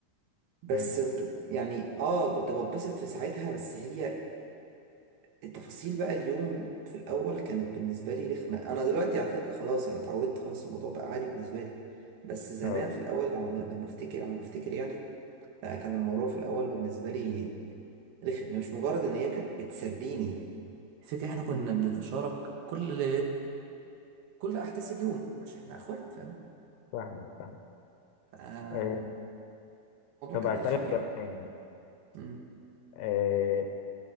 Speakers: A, on the right; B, on the left.
A: بس
B: امم
A: ب- يعني اه كنت بتبسط في ساعتها بس هي التفاصيل بقى اليوم في الاول كانت بالنسبه لي رخمه انا دلوقتي على فكره خلاص انا اتعودت خلاص الموضوع بقى عادي بالنسبه لي بس زمان
B: اه
A: في الاول على ما- لما افتكر على ما افتكر يعني لا كان الموضوع في الاول بالنسبه لي رخم هي مش مجرد ان هي كانت بتسليني فكرة احنا كنا بنتشارك كل كل احداث اليوم عشان احنا اخوات فاهم
B: فاهمك فاهم
A: فالموضوع
B: آه طب
A: كان
B: هسألك
A: رخم يعني
B: سؤال تاني
A: مم.
B: آه